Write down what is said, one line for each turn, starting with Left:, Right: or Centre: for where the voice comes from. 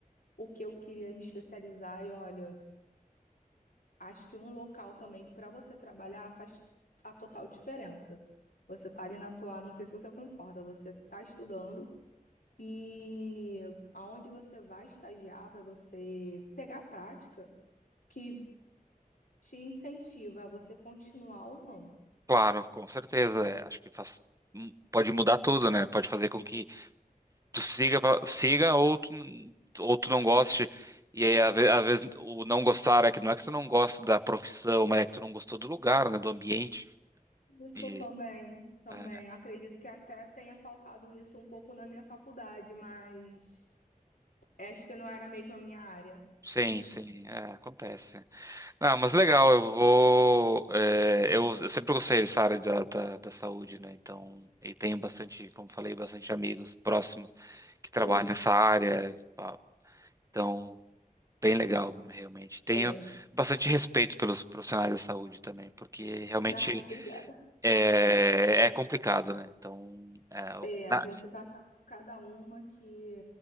Left: o que eu queria me especializar e olha, acho que um local também para você trabalhar faz a total diferença. Você tá ali na tua, não sei se você concorda, você tá estudando e aonde você vai estagiar para você pegar a prática que te incentiva a você continuar ou não.
Right: Claro, com certeza. É, Acho que faz, hum, pode mudar tudo, né? Pode fazer com que tu siga, pra- siga ou tu, ou tu não goste. E aí, às ve- às vezes, o não gostar é que não é que tu não gosta da profissão, mas é que tu não gostou do lugar, né, do ambiente.
Left: Isso
Right: E,
Left: também, também.
Right: é,
Left: Acredito que até tenha faltado isso um pouco na minha faculdade, mas acho que não era mesmo a minha área.
Right: sim,
Left: <laughs>
Right: sim, é, acontece. Não, mas legal, eu vou. é, eu, eu sempre gostei dessa área da, da, da saúde, né? Então, e tenho bastante, como falei, bastante amigos próximos que trabalham
Left: Sim,
Right: nessa área. pá, Então, bem legal, realmente. Tenho
Left: é.
Right: bastante respeito pelos profissionais da saúde também, porque realmente
Left: Ah, obrigada.
Right: É, é complicado, né? Então, é, o-
Left: É,
Right: Ah,
Left: a gente passa por cada uma que.